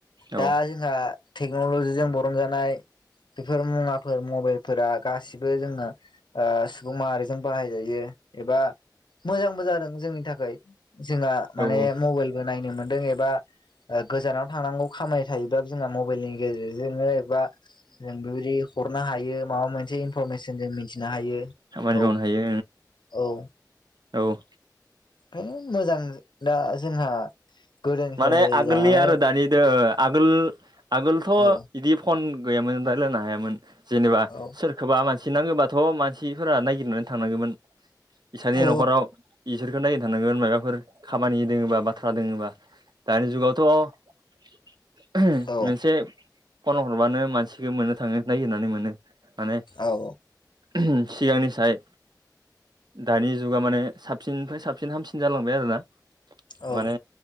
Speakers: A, on the right; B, on the left.
A: औ
B: दा जोंहा टेक्न'लजिजों बरन जानाय बेफोर मुवा फोर मबाइल फोरा गासिबो जोङो ओ सुबुं माहारिजों बाहायजायो एबा मोजांबो जादों जोंनि थाखाय जोंहा माने
A: औ
B: मबाइलबो नायनो मोनदों एबा ओ गोजानाव थांनांगौ खामाय थायोब्ला जोंहा मबाइलनि गेजेरजोंनो एबा जों बेबायदि हरनो हायो। माबा मोनसे इनफरमेसन जों मिथिनो हायो।
A: खामानि
B: औ
A: मावनो हायो
B: औ
A: औ
B: ओंखायनो मोजां दा जोंहा। गोदोनिफ्राय
A: माने आगोलनि
B: लानानै
A: आरो दानिदो आगोल आगोलथ'
B: औ
A: बिदि फन गैयामोन राय्लायनो हायामोन जेनेबा
B: औ
A: सोर सोरबा मानसि नांगौबाथ' मानसिफोरा नायागिरनानै थांनांगौमोन बिसानि
B: औ
A: न'खराव बिसोरखौ नायनो थानांगोन माबाफोर खामानि दोङबा बाथ्रा दोङोबा। दानि जुगावथ' <inaudible> मोनसे
B: औ
A: फन हरबानो मानसिखौ मोननो थाङो नागिरनानै मोनो माने
B: औ
A: <inaudible> सिगांनि साय दानि जुगा माने साबसिननिफ्राय साबसिन हामसिन जालांबाय आरो ना।
B: औ
A: माने